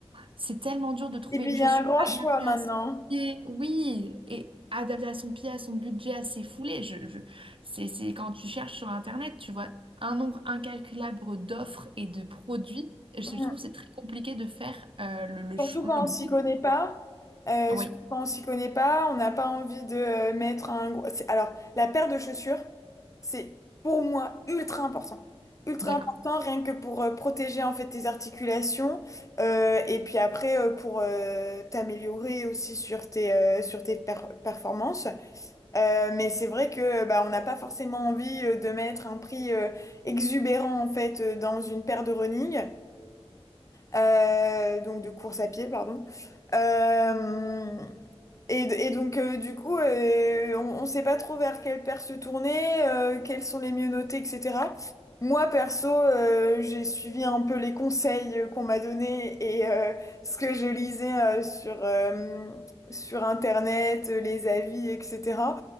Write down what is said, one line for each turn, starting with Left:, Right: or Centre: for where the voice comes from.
Right: C'est tellement dur de trouver
Left: Et puis,
Right: une
Left: il
Right: chaussure
Left: y a un grand choix
Right: adaptée
Left: maintenant.
Right: à son pied. Oui, et adaptée à son pied, à son budget, à ses foulées. Je, je- c'est, c'est quand tu cherches sur Internet, tu vois un nombre incalculable d'offres et de produits. Et je
Left: Mm.
Right: trouve que c'est très compliqué de faire euh, le, le,
Left: Surtout
Right: ch-
Left: quand
Right: le bon.
Left: on s'y connaît pas. Euh,
Right: Oui,
Left: surtout quand on s'y connaît pas, on n'a pas envie de euh, mettre un gros... c'est- Alors, la paire de chaussures, c'est pour moi ultra important. Ultra
Right: d'accord.
Left: important, rien que pour euh, protéger en fait tes articulations. euh, et puis après, euh, pour euh, t'améliorer aussi sur tes, euh, sur tes per- performances. Euh, mais c'est vrai que bah, on n'a pas forcément envie euh, de mettre un prix euh, exubérant en fait euh, dans une paire de running. Euh, donc de course à pied, pardon. Euh, et, et donc euh, du coup, euh, on ne sait pas trop vers quelle paire se tourner, euh, quels sont les mieux notés, etc. Moi, perso, euh, j'ai suivi un peu les conseils euh, qu'on m'a donnés et euh, ce que je lisais euh, sur, euh, sur Internet, euh, les avis, etc.